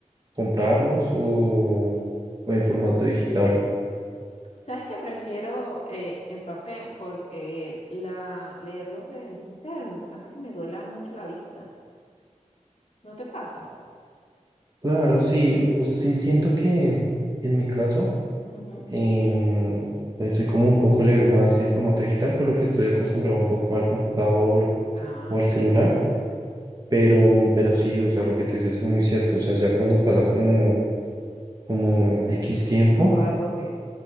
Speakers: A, on the right; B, on the left.
A: comprarlos o, o en formato digital?
B: ¿Sabes qué? Prefiero eh, en papel porque la, leerlos en digital hace que me duela mucho la vista. ¿No te pasa?
A: Claro, sí, o, sí, siento que en mi caso.
B: Ujú.
A: em, pues soy como un poco leer más en formato digital, por lo que estoy acostumbrado un poco al computador
B: Ah,
A: o al
B: ya.
A: celular, pero, pero sí, o sea, lo que tú dices es muy cierto, o sea, ya cuando pasa como, como X tiempo,
B: Un rato, sí.